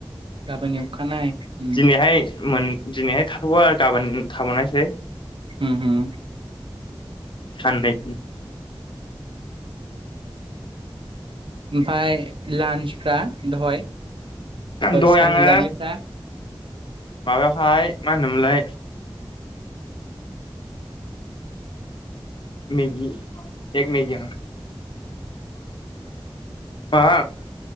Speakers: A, on the right (about 65°); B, on the left (about 60°).
A: गाबोन एवखानाय उम
B: दिनैहाय मोन दिनैहाय थाथ'बा आरो गाबोन थाबावनायसै
A: हम हम
B: साननै
A: ओमफाय लान्सफ्रा दहाय
B: दहाय
A: साननि
B: आङो
A: जानायफ्रा
B: माबायावहाय मा होनोमोनलाय मेगि एक मेगि आं मा